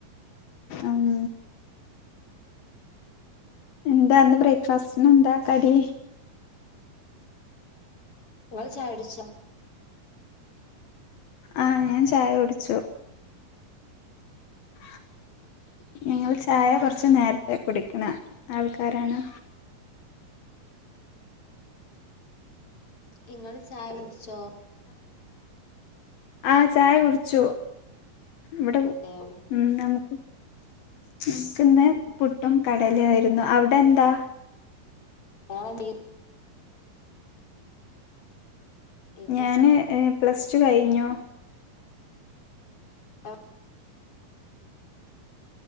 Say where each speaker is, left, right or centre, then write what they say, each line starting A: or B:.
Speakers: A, on the left (about 80°); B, on the left (about 40°).
A: ഉം എന്താന്ന് ബ്രേക്ക്ഫാസ്റ്റന് എന്താ കടി
B: ങ്ങള് ചായട്ച്ചോ
A: ആ ഞാൻ ചായ കുടിച്ചു <unintelligible> ഞങ്ങൾ ചായ കുറച്ചു നേരത്തെ കുടിക്കണ ആൾക്കാരാണ്
B: ഇങ്ങൾ ചായട്ച്ചോ
A: ആ ചായ കുട്ച്ചു വ്ടെ മ്
B: അതെയോ
A: നമക്ക് ക്ക്ന്ന് പുട്ടും കടലായിരുന്നു അവിടെന്താ
B: <unintelligible> ഇവിടെ
A: ഞാന് പ്ലസ്ടു കഴിഞ്ഞു
B: അ